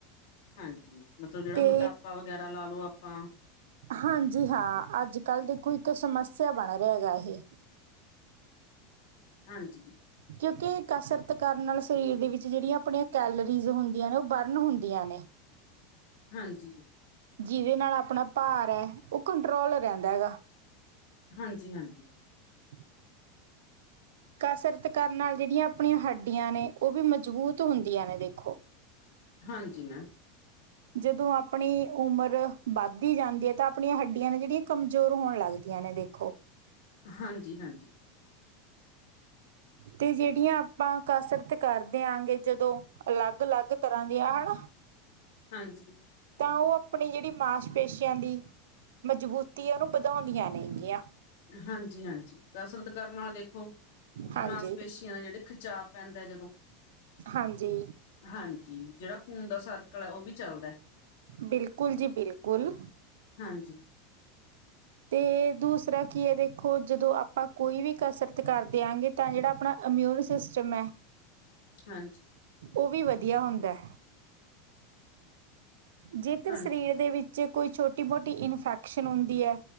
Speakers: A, on the left (about 80°); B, on the right (about 85°).
A: ਹਾਂਜੀ, ਮਤਲਬ ਜਿਹੜਾ
B: ਤੇ
A: ਮੋਟਾਪਾ ਵਗੈਰਾ ਲਾ ਲਉ, ਆਪਾਂ
B: ਹਾਂਜੀ, ਹਾਂ ਅੱਜ ਕੱਲ੍ਹ ਦੇਖੋ ਇੱਕ ਸਮੱਸਿਆ ਬਣ ਰਿਹਾ ਗਾ ਇਹੇ।
A: ਹਾਂਜੀ।
B: ਕਿਉਕਿ, ਕਸਰਤ ਕਰਨ ਨਾਲ ਸਰੀਰ ਦੇ ਵਿੱਚ ਜਿੜੀਆ ਆਪਣੇ ਕੈਲਰੀਜ਼ ਹੁੰਦੀਆਂ ਨੇ, ਓ ਬਰਨ ਹੁੰਦੀਆਂ ਨੇ।
A: ਹਾਂਜੀ।
B: ਜਿਦੇ ਨਾਲ ਆਪਣਾ ਭਾਰ ਐਹ, ਓ ਕੰਟਰੋਲ ਹੋਜਾਦਾ ਹੈਗਾ।
A: ਹਾਂਜੀ-ਹਾਂਜੀ।
B: <inaudible> ਕਸਰਤ ਕਰਨ ਨਾਲ ਜਿੜੀਆਂ ਆਪਣੀ ਹੱਡੀਆਂ ਨੇ ਓਵੀ ਮਜ਼ਬੂਤ ਹੁੰਦੀਆਂ ਨੇ ਦੇਖੋ
A: ਹਾਂਜੀ ਮੈਮ
B: ਜਦੋਂ ਆਪਣੀ ਉਮਰ ਵੱਧਦੀ ਜਾਂਦੀ ਐ ਤਾਂ ਆਪਣੀ ਹੱਡੀਆਂ ਨੇ ਜਿੜੀ ਕਮਜ਼ੋਰ ਹੋਣ ਲੱਗਦੀਆਂ ਨੇ ਦੇਖੋ।
A: ਹਾਂਜੀ-ਹਾਂਜੀ।
B: ਤੇ ਜੇੜੀਆਂ ਆਪਾਂ ਕਸਰਤ ਕਰਦੇ ਆ ਗੇ ਜਦੋਂ ਅਲੱਗ-ਲੱਗ ਤਰਾਂ ਦੀਆਂ ਅਨਾ।
A: ਹਾਂਜੀ।
B: ਤਾਂ ਓ ਅਪਣੀ ਜੇੜੀ ਮਾਸ ਪੇਸ਼ੀਆਂ ਦੀ, ਮਜ਼ਬੂਤੀ ਓਨੂੰ ਵਧਾਉਂਦੀਆਂ ਨੇਗੀਆਂ।
A: ਹਾਂਜੀ-ਹਾਂਜੀ, ਕਸਰਤ ਕਰਨ ਨਾਲ ਦੇਖੋ,
B: ਹਾਂਜੀ
A: ਮਾਸਪੇ ਜਿਵੇਂ ਜਿੜੇ ਖਿਚਾਵ ਪੈਂਦਾ ਜਦੋਂ।
B: ਹਾਂਜੀ।
A: ਹਾਂਜੀ, ਜਿੜਾ ਖੂਨ ਦਾ ਸਰਕਲ ਆ ਓ ਵੀ ਚੱਲਦਾ
B: ਬਿਲਕੁਲ ਜੀ ਬਿਲਕੁਲ।
A: ਹਾਂਜੀ।
B: ਤੇ, ਦੂਸਰਾ ਕੀ ਐ ਦੇਖੋ, ਜਦੋਂ ਆਪਾਂ ਕੋਈ ਵੀ ਕਸਰਤ ਕਰਦੇ ਐਗੇ ਤਾਂ ਜੇੜਾ ਆਪਣਾ ੲਮਊਨ ਸਿਸਟਮ ਐ
A: ਹਾਂਜੀ
B: ਓਵੀ ਵਧੀਆ ਹੁੰਦੈ। ਜੇਕਰ
A: ਹਾਂਜੀ
B: ਸਰੀਰ ਦੇ ਵਿੱਚ ਕੋਈ ਛੋਟੀ-ਮੋਟੀ ਇਨਫੈਕਸ਼ਨ ਹੁੰਦੀ ਐ,